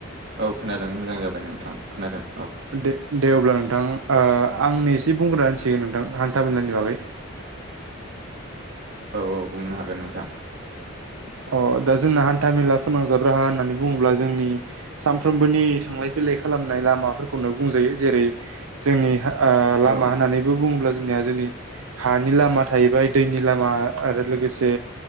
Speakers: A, on the right; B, on the right.
A: औ खोनादों मोजां जाबाय नोंथां खोनादों। औ
B: <unintelligible> दे अब्ला नोंथां ओ आंनि एसे बुंग्रोना होनसै नोंथां हान्था मेलानि बागै। <inaudible>
A: औ औ बुंनो हागोन नोंथां।
B: अ दा जोंना हान्था मेला फोनांजाब राहा होननानै बुङोब्ला जोंनि सानफ्रोमबोनि थांलाय फैलाय खालामनाय लामाफोरखौनो बुंजायो जेरै जोंनि ओ लामा
A: औ
B: होननानैबो बुङोब्ला जोंनिया जोंनि हानि लामा थाहैबाय दैनि लामा आरो लोगोसे